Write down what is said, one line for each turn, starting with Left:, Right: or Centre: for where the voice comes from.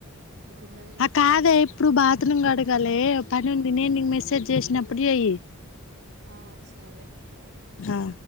Right: ఇంకున్నదిగా
Left: ఆ కాదే ఇప్పుడు బాత్రూమ్ కడగాలే పని ఉంది నేను నీకు మెసేజ్ చేసినప్ డి అయి
Right: ఆ సరే
Left: ఆ